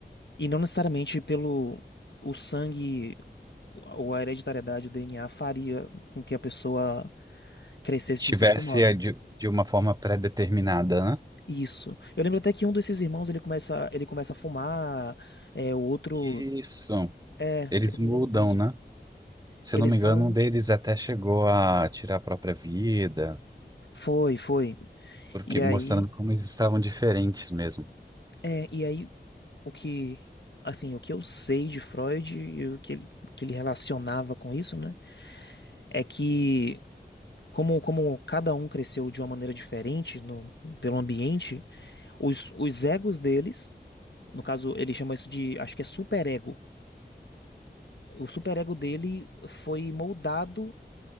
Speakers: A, on the left (about 75°); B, on the right (about 20°).
A: E não necessariamente pelo o sangue ou a hereditariedade, o DNA faria com que a pessoa crescesse
B: Tivesse
A: de certo modo.
B: é, de, de uma forma pré-determinada, né?
A: Isso. Eu lembro até que um desses irmãos ele começa, ele começa a fumar, é, o outro.
B: Isso.
A: É,
B: Eles
A: eu me
B: mudam,
A: lembro bem disso.
B: né? Se
A: Eles
B: eu não me
A: são.
B: engano, um deles até chegou a tirar a própria vida.
A: Foi, foi.
B: porque
A: E
B: mostrando
A: aí,
B: como eles estavam diferentes mesmo
A: é, e aí o que, assim, o que eu sei de Freud e o que ele, o que ele relacionava com isso, né? é que como, como cada um cresceu de uma maneira diferente no, pelo ambiente, os, os egos deles, no caso, ele chama isso de, acho que é superego. O superego dele foi moldado